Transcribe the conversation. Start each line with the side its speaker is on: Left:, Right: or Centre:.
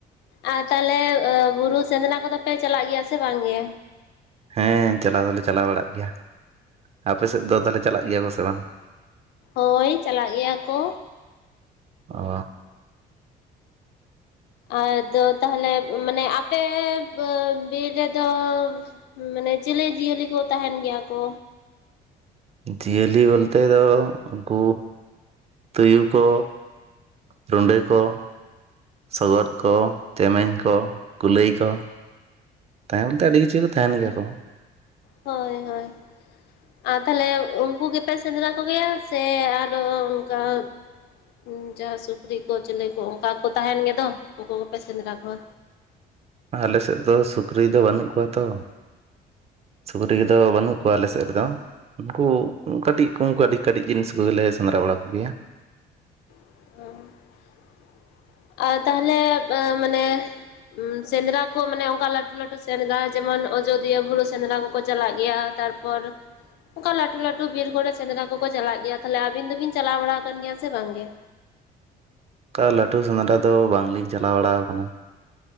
Left: ᱟᱨ ᱛᱟᱦᱞᱮ ᱮ ᱵᱩᱨᱩ ᱥᱮᱸᱫᱽᱨᱟ ᱠᱚᱫᱚ ᱯᱮ ᱪᱟᱞᱟᱜ ᱜᱮᱭᱟ ᱥᱮ ᱵᱟᱝ ᱜᱮ?
Right: ᱦᱮᱸ ᱪᱟᱞᱟᱣ ᱫᱚᱞᱮ ᱪᱟᱞᱟᱣ ᱵᱟᱲᱟᱜ ᱜᱮᱭᱟ᱾ ᱟᱯᱮ ᱥᱮᱫ ᱫᱚ ᱛᱟᱞᱦᱮ ᱪᱟᱞᱟᱜ ᱜᱮᱭᱟ ᱠᱚ ᱥᱮ ᱵᱟᱝ?
Left: ᱦᱳᱭ, ᱪᱟᱞᱟᱜ ᱜᱮᱭᱟ ᱠᱚ᱾
Right: ᱚ᱾
Left: ᱟᱫᱚ ᱛᱟᱦᱚᱞᱮ ᱢᱟᱱᱮ ᱟᱯᱮ ᱵᱟᱹ ᱵᱤᱨ ᱨᱮᱫᱚ ᱢᱟᱱᱮ ᱪᱮᱞᱮ ᱡᱤᱭᱟᱹᱞᱤ ᱠᱚ ᱛᱟᱦᱮᱱ ᱜᱮᱭᱟ ᱠᱚ?
Right: ᱡᱤᱭᱟᱹᱞᱤ ᱵᱚᱞᱛᱮ ᱫᱚ ᱩᱱᱠᱩ ᱛᱩᱭᱩ ᱠᱚ, ᱨᱩᱸᱰᱟᱹ ᱠᱚ, ᱥᱚᱜᱚᱫ ᱠᱚ, ᱪᱮᱢᱮᱧ ᱠᱚ, ᱠᱩᱞᱟᱹᱭ ᱠᱚ᱾ ᱛᱟᱦᱮᱸ ᱵᱚᱞᱛᱮ ᱟᱹᱰᱤ ᱠᱤᱪᱷᱩ ᱠᱚ ᱛᱟᱦᱮᱱ ᱜᱮᱭᱟ ᱠᱚ᱾
Left: ᱦᱳᱭ ᱦᱳᱭ᱾ ᱟᱨ ᱛᱟᱞᱦᱮ ᱩᱱᱠᱩ ᱜᱮᱯᱮ ᱥᱮᱸᱫᱽᱨᱟ ᱠᱚᱜᱮᱭᱟ ᱥᱮ ᱟᱨᱚ ᱚᱱᱠᱟ ᱩᱸ ᱡᱟᱦᱟᱸ ᱥᱩᱠᱨᱤ ᱠᱚ ᱪᱮᱞᱮ ᱠᱚ ᱚᱱᱠᱟ ᱠᱚ ᱛᱟᱦᱮᱱ ᱜᱮᱫᱚ, ᱩᱱᱠᱩ ᱠᱚᱯᱮ ᱥᱮᱸᱫᱽᱨᱟ ᱠᱚᱣᱟ᱾
Right: ᱟᱞᱮ ᱥᱮᱫ ᱫᱚ ᱥᱩᱠᱨᱤ ᱫᱚ ᱵᱟᱹᱱᱩᱜ ᱠᱚᱣᱟ ᱛᱚ᱾ ᱥᱩᱠᱨᱤ ᱫᱚ ᱵᱟᱹᱱᱩᱜ ᱠᱚᱣᱟ ᱟᱞᱮ ᱥᱮᱫ ᱨᱮ ᱫᱚ᱾ ᱩᱱᱠᱩ ᱠᱟᱹᱴᱤᱡ ᱠᱚ ᱠᱟᱹᱴᱤᱡ ᱠᱟᱹᱴᱤᱡ ᱡᱤᱱᱤᱥ ᱠᱚᱜᱮ ᱞᱮ ᱥᱮᱸᱫᱽᱨᱟ ᱵᱟᱲᱟ ᱠᱚᱜᱮᱭᱟ᱾
Left: <unintelligible> ᱟᱨ ᱛᱟᱦᱚᱞᱮ <inaudible> ᱢᱟᱱᱮ ᱩᱸ ᱥᱮᱸᱫᱽᱨᱟ ᱠᱚ ᱢᱟᱱᱮ ᱚᱝᱠᱟ ᱞᱟᱴᱩ ᱞᱟᱴᱩ ᱥᱮᱸᱫᱽᱨᱟ ᱡᱮᱢᱚᱱ ᱚᱡᱚᱫᱤᱭᱟᱹ ᱵᱩᱨᱩ ᱥᱮᱸᱫᱽᱨᱟ ᱠᱚᱠᱚ ᱪᱟᱞᱟᱜ ᱜᱮᱭᱟ, ᱛᱟᱨ ᱯᱚᱨ ᱚᱱᱠᱟ ᱞᱟᱴᱩ ᱞᱟᱹᱴᱩ ᱵᱤᱨ ᱠᱚᱨᱮ ᱥᱮᱸᱫᱽᱨᱟ ᱠᱚᱠᱚ ᱪᱟᱞᱟᱜ ᱜᱮᱭᱟ, ᱛᱟᱦᱞᱮ ᱟᱵᱤᱱ ᱫᱚᱵᱤᱱ ᱪᱟᱞᱟᱣ ᱵᱟᱲᱟ ᱟᱠᱟᱱ ᱜᱮᱭᱟ ᱥᱮ ᱵᱟᱝᱜᱮ?
Right: ᱚᱠᱟ ᱞᱟᱹᱴᱩ ᱥᱮᱸᱫᱽᱨᱟ ᱫᱚ ᱵᱟᱝᱞᱤᱧ ᱪᱟᱞᱟᱣ ᱵᱟᱲᱟᱣ ᱟᱠᱟᱱᱟ ᱾